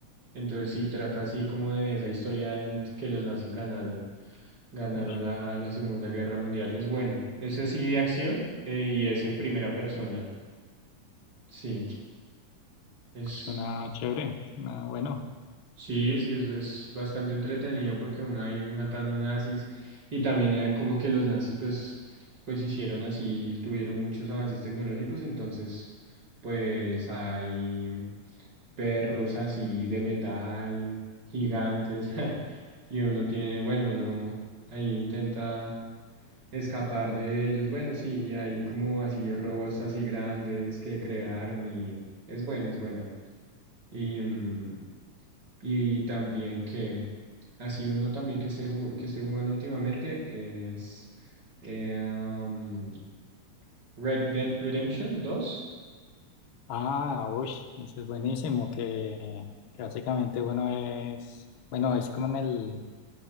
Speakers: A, on the right (about 30°); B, on the left (about 80°).
A: Entonces sí, trata así como de esa historia en que los nazis ganaron. Ganaron
B: Ush,
A: la, la Segunda Guerra Mundial. Es bueno. Es así de acción eh, y es en primera persona. Sí, es,
B: suena chévere, suena bueno.
A: sí, sí, es, es bastante entretenido porque uno ahí matando nazis y también eh, como que los nazis pues, pues hicieron así, tuvieron muchos avances tecnológicos, entonces pues hay perros así de metal, gigantes, <laughs> y uno tiene, bueno, uno ahí intenta... escapar de ellos. Bueno, sí, y hay como así robots así grandes que crearon y es buena, es buena. Y, mm, y también que así uno también que esté ju- que estoy jugando últimamente es eh, am, Red Dead Redemption dos
B: Ah, uy, ese es buenísimo, que, que básicamente bueno es, bueno, es como en el,